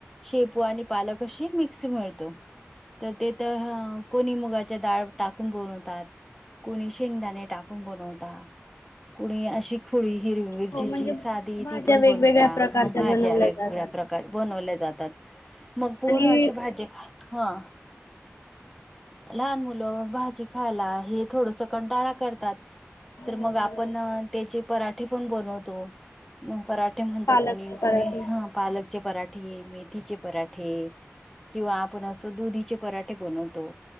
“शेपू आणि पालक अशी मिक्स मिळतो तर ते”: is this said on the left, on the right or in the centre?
Centre